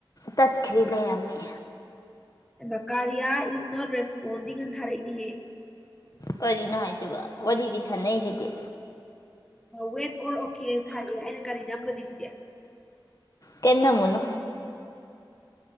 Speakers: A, on the left (about 45°); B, in the centre.
A: ꯇꯠ ꯈꯔꯤꯂꯃꯤ
B: ꯃꯀꯥꯔꯤꯌꯥ ꯏꯁ ꯅꯣꯠ ꯔꯦꯁꯄꯣꯟꯗꯤꯡ ꯑꯅ ꯊꯥꯔꯛꯏꯅꯦꯍꯦ
A: ꯀꯔꯤꯅꯣ ꯍꯥꯏꯁꯦꯕ ꯋꯥꯔꯤꯗꯤ ꯁꯥꯟꯅꯩꯁꯤꯗꯤ
B: ꯋꯦꯠ ꯑꯣꯔ ꯑꯣꯀꯦꯜ ꯊꯥꯔꯛꯑꯦ ꯑꯩꯅ ꯀꯔꯤ ꯅꯝꯒꯅꯤ ꯁꯤꯗꯤ
A: ꯀꯅꯥ ꯃꯨꯅꯨ